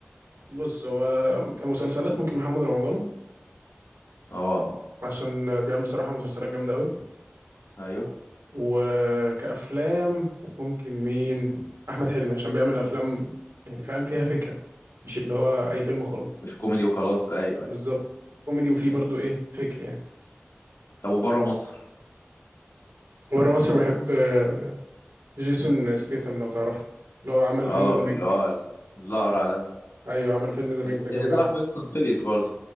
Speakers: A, on the right; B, on the left.
A: بص هو كمسلسلات ممكن محمد رمضان
B: اه
A: عشان آه، بيعمل بصراحة مسلسلات جامدة قوي
B: ايوه
A: وكأفلام ممكن مين أحمد حلمي عشان بيعمل أفلام يعني فاهم فيها فكرة مش اللي هو أي فيلم خلاص
B: مش كوميدي وخلاص ايوه
A: بالظبط
B: ايوه
A: كوميدي وفيه برضو إيه فكر يعني
B: طب وبره مصر
A: ورا مصر بحب آه، جيسون ستيثم لو تعرفه اللي هو عمل
B: اه
A: فيلم ذا ميج
B: اللي هو ال- الاقرع ده
A: أيوه عمل فيلم ذا ميج
B: اللي,
A: ده جامد
B: اللي طلع
A: أوي
B: في فيست اند فيريس برضه